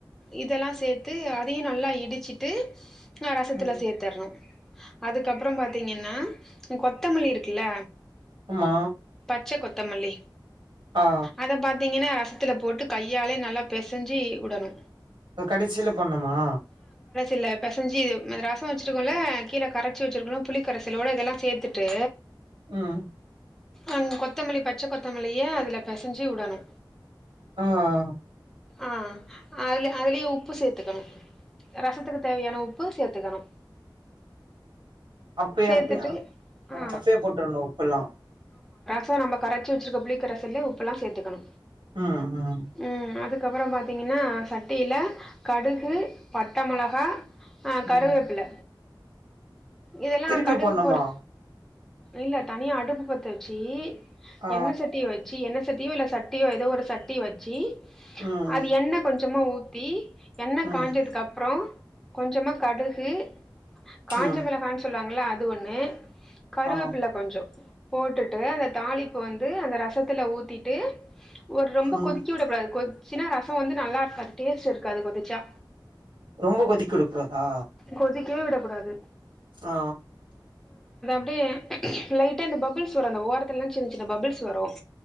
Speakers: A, in the centre; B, on the right (about 75°).
A: இதெல்லா சேத்து அதையு நல்லா இடிச்சுட்டு ஆ ரசத்துல
B: ம்
A: சேத்தரணு அதுக்கப்பறோ பாத்தீங்ன்னா கொத்தமல்லி இருக்குல்ல
B: ஆமா
A: பச்ச கொத்தமல்லி
B: ஆ
A: அத பாத்தீங்ன்னா ரசத்துல போட்டு கையாலே நல்லா பெசைஞ்சி உடணு
B: அ கடைசியில போடணுமா
A: இல்ல பெசஞ்சு இது ரசோ வெச்சுருக்கோல கீழே கரைச்சி வெச்சுருக்கோல்ல புளி கரைசலோட இதெல்லா சேத்துட்டு
B: ம்
A: அ கொத்தமல்லி பச்ச கொத்தமல்லிய அதுல பெசைஞ்சி உடணு
B: அ அ
A: ஆ அதுல அதுலேயே உப்பு சேத்துக்கணு ரசத்துக்கு தேவையான உப்பு சேத்துக்கணு
B: அப்பே
A: சேத்துட்டு
B: அப்ப
A: ஆ
B: அப்பயே போட்டரணு உப்பெல்லா
A: ப்ரோ நம்ம கரைச்சு வெச்சிருக்க புளிக்கரைசல்லே உப்புலா சேத்துகணு
B: ம் ம்
A: ம் அதுக்கப்பறோ பாத்தீங்ன்னா சட்ட ப்பிலை கடுகு பட்டமொளகா கருவேப்பில
B: ம்
A: இதெல்லா
B: திருப்பி
A: கடுகு
B: போட்ணுமா
A: போறி இல்ல தனியா அடுப்பு பத்த வெச்சீ
B: ஆ
A: என்ன சட்டிய வச்சீ என்ன சட்டீயோ இல்ல சட்டியோ ஏதோ ஒரு சட்டிய வச்சீ
B: ம்
A: அது எண்ண கொஞ்சமா ஊத்தி எண்ணெய்
B: ம்
A: காஞ்சதுக்கு அப்றோ கொஞ்சமா கடுகு காஞ்சமிளகான்னு
B: ம்
A: சொல்லுவாங்கள அது ஒண்ணு கருவேப்புள்ள
B: ஆ
A: கொஞ்சோ போட்டுட்டு அந்த தாளிப்பு வந்து அந்த ரசத்துல ஊத்திட்டு ஒரு ரொம்ப
B: ம்
A: கொதிக்க விடக்கூடாது கொதி சின்ன ரசம் வந்து நான் டேஸ்ட் இருக்காது கொதிச்சா
B: ரொம்ப கொதிக்க விடக் கூடாதா
A: கொதி க்கவே விடக் கூடாது
B: ஆ
A: அப்டியே லைட்டா அந்த பப்புள்ஸ்வர அந்த ஓர த்துல எல்லாம் சின்ன சின்ன பபிள்ஸ் வரும்